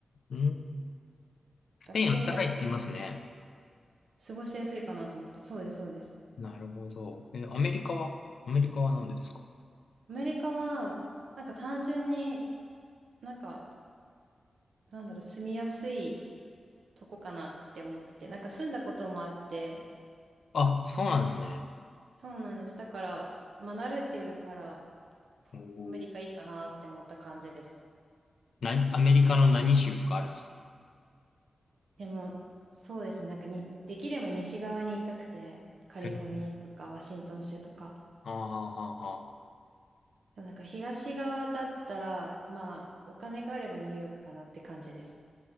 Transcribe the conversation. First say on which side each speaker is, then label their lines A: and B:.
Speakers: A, on the left; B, on the right.
A: んスペインあったかいって言いますね。
B: かスペインだと過ごしやすいかなと思って、そうです、そうです。
A: なるほど。え、アメリカはアメリカはなんでですか
B: アメリカは、なんか単純になんか、なんだろう、住みやすい。とこかなって思ってて、なんか住んだこともあって、
A: あ、そうなんですね。
B: そうなんです。だから、まあ慣れてるから、
A: おー。
B: アメリカいいかなって思った感じです。
A: な、アメリカの何州とかあるんですか
B: でも、そうですね。なんかに、できれば西側にいたくて、カリフォルニアとかワシントン州とか。
A: へーあーはーはーはー
B: でもなんか東側だったら、まあ、お金があればニューヨークかなって感じです。